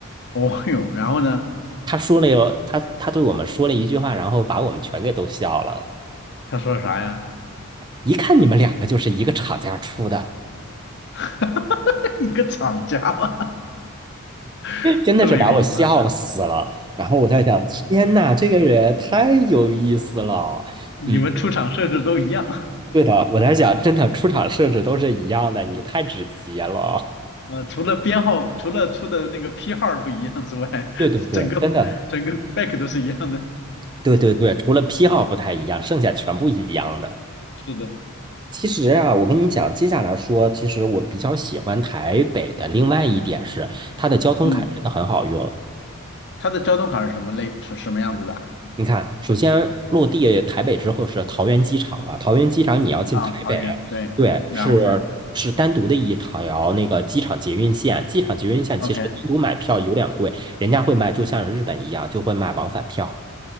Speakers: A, on the left; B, on the right.
A: 哦哟，然后呢？
B: 他说了有他他对我们说了一句话，然后把我们全给逗笑了。
A: 他说啥呀？
B: 一看你们两个就是一个厂家出的。
A: <laughs> 一个厂家吗？<laughs>
B: 真的是把我笑死了。
A: 这么有意思。
B: 然后我在想，天呐，这个人太有意思了。
A: 你们出厂设置都一样，
B: 嗯，对的，我在想，真的出场设置都是一样的，你太直接了。
A: 呃，除了编号，除了出的那个批号不一样之外，
B: 对对对，
A: 整个整个
B: 真的，
A: back 都是一样的。
B: 对对对，除了批号不太一样，剩下全部一样的。
A: 是的，
B: 其实啊，我跟你讲，接下来说，其实我比较喜欢台北的另外一点是，它的交通卡真的很好用。
A: 嗯，它的交通卡是什么类，是什么样子的啊？
B: 你看，首先落地台北之后是桃园机场嘛，桃园机场你要进台北，
A: 啊，桃园，对，
B: 对，
A: 然后呢
B: 是是单独的一条那个机场捷运线，机场捷运线其实单独买票有点贵，
A: ？OK，
B: 人家会卖，就像日本一样，就会卖往返票。